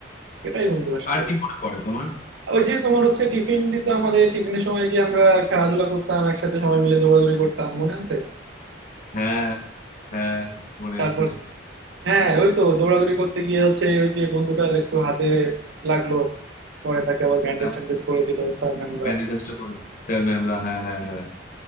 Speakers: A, on the right (about 75°); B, on the left (about 45°).
A: এটাই বন্ধু আসলে
B: আর কি মনে পড়ে তোমার
A: ওই যে তোমার হচ্ছে টিফিন দিত আমাদের টিফিনের সময় যে আমরা খেলাধুলা করতাম একসাথে সবাই মিলে দৌড়াদৌড়ি করতাম মনে আছে
B: হ্যাঁ হ্যাঁ মনে
A: তারপর
B: আছে
A: হ্যাঁ ওই তো দৌড়াদৌড়ি করতে গিয়ে হচ্ছে ওই যে বন্ধুটার একটু হাতে লাগলো পরে তাকে আবার ব্যান্ডেজ
B: হ্যাঁ,
A: ট্যান্ডেজ করে দিল স্যার ম্যামরা
B: ম্যানিফেস্টো করে স্যার ম্যামরা হ্যাঁ হ্যাঁ হ্যাঁ